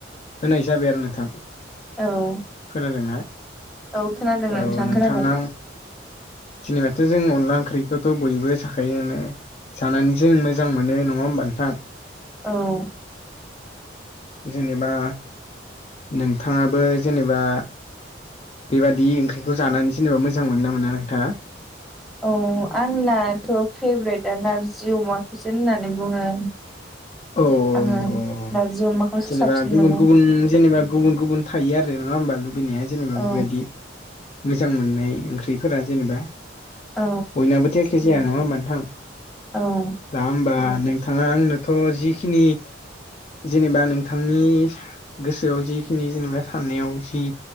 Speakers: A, on the left; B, in the centre.
A: होनाय जाबाय आरो नोंथां
B: औ
A: खोनादोंना
B: औ खोनादों
A: औ
B: नोंथां
A: नोंथांना
B: खोनादों
A: जिनोबा थ' जों अनला ओंख्रिखौथ' बयबो साखायोआनो जानानै जों मोजां मोनो नङा होमबा नोंथां
B: औ
A: जेनोबा नोंथाङाबो जेनेबा बेबायादि ओंख्रिखौ जानानै जेनेबा मोजां मोनोना मोना नोंथाङा
B: औ आंनाथ फेभरेटआ नारजि अमाखौसो होननानै बुङो
A: औ
B: आङो
A: नंगौ
B: नारजि अमाखौसो
A: जेनेबा
B: साबसिन
A: गुबुन
B: मोनो
A: गुबुन जेनेबा गुबुन गुबुन थायो आरो नोङा होमबा लुगैनाया जेनेबा
B: औ
A: बेबायदि मोजां मोननाय ओंख्रिफोरा जेनेबा
B: औ
A: बयनावाबोथ एखे जाया नङा होमबा नोथां
B: औ
A: दा होमबा नोंथाङा आंनोथ जिखिनि जेनेबा नोंथांनि गोसोआव जिखिनि जेनेबा साननायाव जि